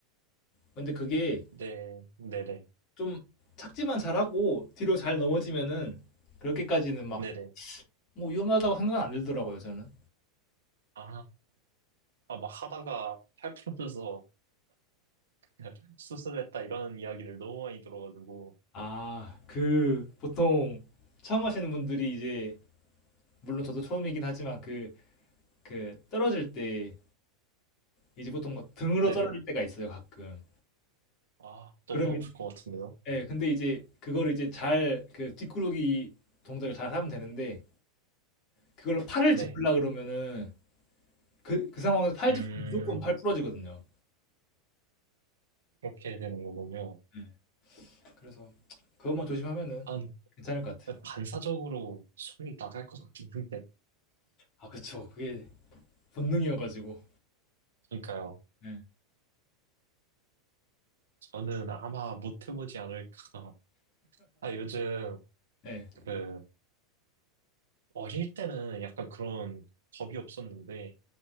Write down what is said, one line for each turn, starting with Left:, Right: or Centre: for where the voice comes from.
Left: 근데 그게
Right: 네, 네네,
Left: 좀 착지만 잘하고 뒤로 잘 넘어지면은 그렇게까지는 막
Right: 네네.
Left: 뭐 위험하다고 생각은 안 들더라고요 저는
Right: 아, 아, 막 하다가 팔부어져서 <laughs> 수술했다 이런 이야기를 너무 많이 들어가지고.
Left: 아 그 보통 처음 하시는 분들이 이제 물론 저도 처음이긴 하지만 그 그 떨어질 때 이제 보통 막 등으로
Right: 네네.
Left: 떨어질 때가 있어요 가끔
Right: 아,
Left: 그럼
Right: 너무 아플
Left: 이-
Right: 것 같은데요?
Left: 예 근데 이제 그걸 이제 잘 그 뒷구르기 동작을 잘 하면 되는데 그걸 팔을
Right: 네.
Left: 짚으려 그러면은 그, 그 상황에서 팔
Right: 음,
Left: 짚으면 무조건 팔 부러지거든요
Right: 그렇게 되는 거군요.
Left: 예, 그래서 그것만 조심하면은
Right: 한,
Left: 괜찮을 것 같아요
Right: 반사적으로 손이 나갈 것 같긴 한데.
Left: 아, 그쵸. 그게 본능이어가지고.
Right: 그러니까요.
Left: 네.
Right: 저는 아마 못 해보지 않을까. 아, 요즘,
Left: 네.
Right: 그, 어릴 때는 약간 그런 겁이 없었는데,